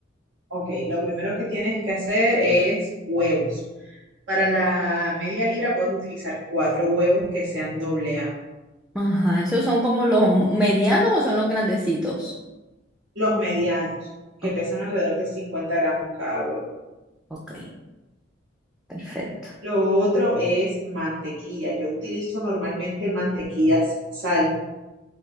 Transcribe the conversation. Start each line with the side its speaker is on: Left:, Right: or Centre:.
Right: ok, lo primero que tienes que hacer es huevos. Para la media libra puedes utilizar cuatro huevos que sean doble A.
Centre: Ajá, ¿esos son como los medianos o son los grandecitos?
Right: Los medianos, que
Centre: Oh,
Right: pesan alrededor de 50 gramos cada huevo.
Centre: ok, perfecto.
Right: Lo otro es mantequilla. Yo utilizo normalmente mantequilla sin sal.